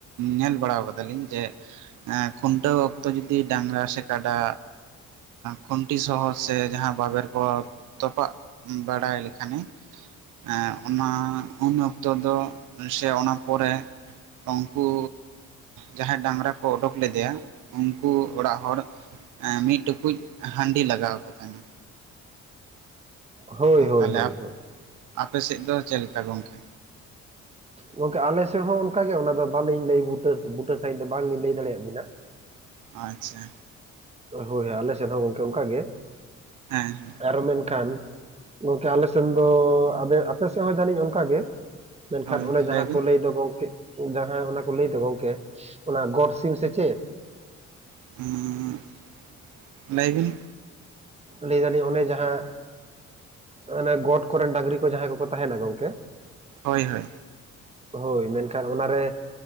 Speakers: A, on the right; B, on the right.
A: ᱧᱮᱞ ᱵᱟᱲᱟ ᱟᱠᱟᱫᱟᱞᱤᱧ ᱡᱮ᱾ ᱮᱸ ᱠᱷᱩᱱᱴᱟᱹᱣ ᱚᱠᱛᱚ ᱡᱚᱫᱤ ᱰᱟᱝᱨᱟ ᱥᱮ ᱠᱟᱰᱟ᱾ ᱠᱷᱩᱱᱴᱤ ᱥᱚᱦ ᱥᱮ ᱡᱟᱦᱟᱸ ᱵᱟᱵᱮᱨ ᱠᱚ ᱛᱚᱯᱟᱜ ᱵᱟᱲᱟᱭ ᱞᱮᱠᱷᱟᱱᱮ ᱮ ᱚᱱᱟ᱾ ᱩᱱ ᱚᱠᱛᱚ ᱫᱚ ᱥᱮ ᱚᱱᱟ ᱯᱚᱨᱮ᱾ ᱩᱱᱠᱩ ᱡᱟᱦᱟᱸᱭ ᱰᱟᱝᱨᱟ ᱠᱚ ᱩᱰᱩᱠ ᱞᱮᱫᱮᱭᱟ ᱩᱱᱠᱩ ᱚᱲᱟᱜ ᱦᱚᱲ᱾ ᱢᱤᱫ ᱴᱩᱠᱩᱡ ᱦᱟᱺᱰᱤ ᱞᱟᱜᱟᱣ ᱠᱚ ᱛᱟᱦᱮᱱᱟ᱾
B: ᱦᱳᱭ ᱦᱳᱭ
A: ᱛᱟᱦᱚᱞᱮ
B: ᱦᱳᱭ
A: ᱟᱯ
B: ᱦᱳᱭ
A: ᱟᱯᱮ ᱥᱮᱫ ᱫᱚ ᱪᱮᱫ ᱞᱮᱠᱟ ᱜᱚᱝᱠᱮ?
B: ᱜᱚᱝᱠᱮ ᱟᱞᱮ ᱥᱮᱫ ᱦᱚᱸ ᱚᱱᱠᱟᱜᱮ ᱚᱱᱟ ᱫᱚ ᱵᱟᱞᱤᱧ ᱞᱟᱹᱭ ᱵᱩᱴᱟᱹ ᱵᱩᱴᱟᱹ ᱥᱟᱺᱦᱤᱡ ᱫᱚ ᱵᱟᱝᱞᱤᱧ ᱞᱟᱹᱭ ᱫᱟᱲᱮᱭᱟ ᱵᱤᱱᱟ᱾
A: ᱟᱪᱪᱷᱟ
B: ᱦᱳᱭ ᱟᱞᱮ ᱥᱮᱫ ᱦᱚᱸ ᱜᱚᱢᱠᱮ ᱚᱱᱠᱟᱜᱮ
A: ᱦᱮᱸ ᱦᱮᱸ
B: ᱟᱨᱚ ᱢᱮᱱᱠᱷᱟᱱ᱾ ᱜᱚᱝᱠᱮ ᱟᱞᱮ ᱥᱮᱱ ᱫᱚ ᱟᱯᱮ ᱥᱮᱫ ᱦᱚᱸ ᱡᱟᱹᱱᱤᱡ ᱚᱱᱠᱟ ᱜᱮ᱾ ᱢᱮᱱᱠᱷᱟᱱ
A: ᱦᱳᱭ
B: ᱚᱱᱮ ᱡᱟᱦᱟᱸ
A: ᱵᱤᱱ
B: ᱠᱚ ᱞᱟᱹᱭ ᱫᱚ ᱜᱚᱝᱠᱮ᱾ ᱡᱟᱦᱟᱸ ᱚᱱᱟ ᱠᱚ ᱞᱟᱹᱭᱫᱟ ᱜᱚᱝᱠᱮ ᱚᱱᱟ ᱜᱚᱴ ᱥᱤᱢ ᱥᱮ ᱪᱮᱜ?
A: <unintelligible> ᱞᱟ. ᱭ ᱵᱤᱱ
B: ᱞᱟᱹᱭ ᱫᱟᱞᱤᱧ ᱚᱱᱮ ᱡᱟᱦᱟᱸ᱾ ᱚᱱᱮ ᱜᱚᱴ ᱠᱚᱨᱮᱱ ᱰᱟᱝᱨᱤ ᱠᱚ ᱡᱟᱦᱟᱸᱭ ᱠᱚᱠᱚ ᱛᱟᱦᱮᱱᱟ ᱜᱚᱢᱠᱮ᱾
A: ᱦᱳᱭ ᱦᱳᱭ
B: ᱦᱳᱭ ᱢᱮᱱᱠᱷᱟᱱ ᱚᱱᱟᱨᱮ᱾